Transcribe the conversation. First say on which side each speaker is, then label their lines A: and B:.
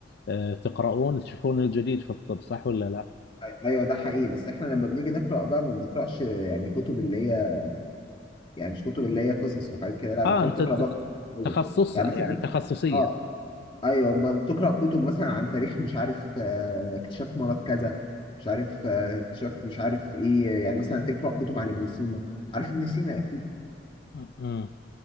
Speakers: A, on the left; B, on the left.
A: آه، تقرؤون تشوفون الجديد في الطب صح ولا لا؟
B: أي- أيوه ده حقيقي بس إحنا لما بنيجي نقرأ بقى ما بنقرأش آه، يعني كتب اللي هي يعني مش كتب اللي هي قصص وحاجات كده لا
A: آه
B: بتقعد
A: أنت
B: تقرأ
A: ت-
B: بقى
A: ت-
B: كتب.
A: تخصص
B: يعني
A: يعني
B: مثلا
A: تخصصية
B: آه ايوه ب- بتقرا كتب مثلا عن تاريخ مش عارف آه، اكتشاف مرض كذا مش عارف آه، اكتشاف مش عارف ايه يعني مثلا تقرا كتب عن ابن سينا عارف ابن سينا اكيد
A: م- م.